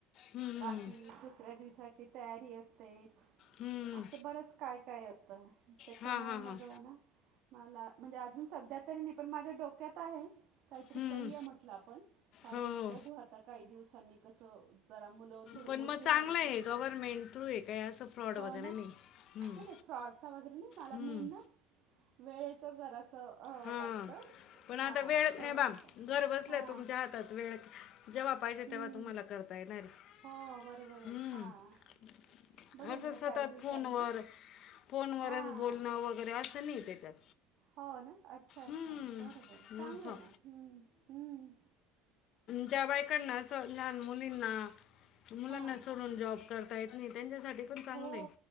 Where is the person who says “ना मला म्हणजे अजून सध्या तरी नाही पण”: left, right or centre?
Right